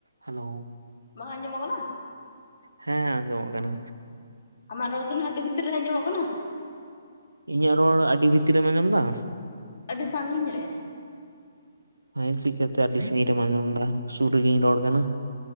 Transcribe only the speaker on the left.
ᱵᱟᱸᱝ ᱟᱸᱡᱚᱢᱚᱜ ᱠᱟᱱᱟ?
ᱟᱢᱟᱜ ᱨᱚᱲ ᱜᱮ ᱱᱷᱟᱜ ᱟᱹᱰᱤ ᱵᱷᱤᱛᱨᱤ ᱨᱮ ᱟᱸᱡᱚᱢᱚᱜ ᱠᱟᱱᱟ᱾
ᱟᱹᱰᱤ ᱥᱟᱸᱜᱤᱧ ᱨᱮ ᱾